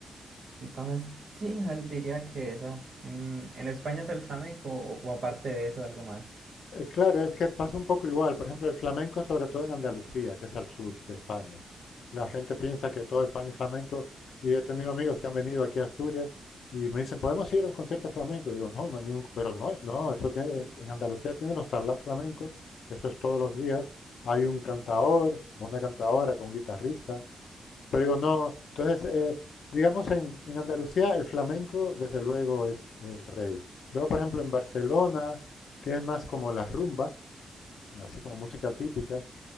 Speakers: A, on the right; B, on the left.
A: Entonces, sí, diría que esa. En, en España es el flamenco o o aparte de eso algo más.
B: Eh, Claro, es que pasa un poco igual. Por ejemplo, el flamenco, sobre todo en Andalucía, que es al sur de España. La gente piensa que toda España es flamenco y he tenido amigos que han venido aquí a Asturias y me dicen, ¿podemos ir a un concierto de flamenco? Y digo, no, no hay ningún... Pero no es, no, eso tiene,
A: Ok,
B: en en Andalucía tiene los tablaos flamencos, que eso es todos los días. Hay un cantaor o una cantaora con un guitarrista pero digo, no. Entonces, eh, digamos, en, en Andalucía el flamenco, desde luego, es el rey. Luego, por ejemplo, en Barcelona tienes más como la rumba, así como música típica.